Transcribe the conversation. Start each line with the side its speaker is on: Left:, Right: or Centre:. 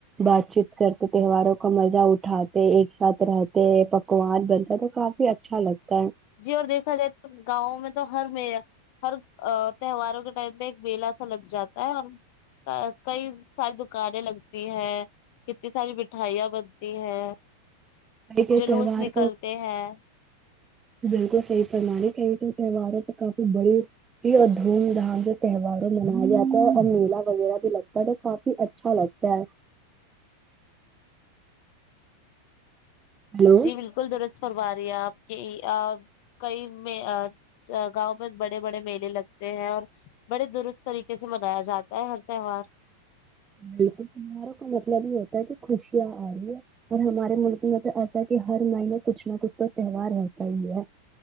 Right: بات چیت کرتے تہواروں کا مزہ اٹھاتے ایک ساتھ رہتے پکوان بن آ تو کافی اچھا لگتا ہے
Left: جی اور دیکھا جائے تو گاؤں میں تو ہر میر ہر تہواروں کے ٹائم میں ایک میلہ سا لگ جاتا ہے ہم کئی ساری دکانیں لگتی ہیں کتنی ساری مٹھایاں بنتی ہے
Right: کئی کئی
Left: جلوس
Right: تہوار
Left: نکلتے ہیں
Right: بلکل صحیح پر مانی کئی تو تہوار ہے تو کافی بڑی یہ اور دھوم دھام جو تہوار منایا جاتا ہے اور میلا وغیرہ بھی لگتا ہے تو کافی اچ اچھا لگتا ہے ہلو
Left: جی بالکل درست فرما رہی ہے آپ کی آں کئی مے گاؤں میں بڑے بڑے میلے لگتے ہیں اور بڑے درست طریقے سے منایا جاتا ہے ہر تہوار
Right: بلکل تہواروں کا مطلب یہ ہوتا ہے کہ خوشیاں آۓ اور ہمارے ملک میں تو ایسا ہے کہ ہر مہینے کچھ نہ کچھ تو تہوار رہتا ہی ہے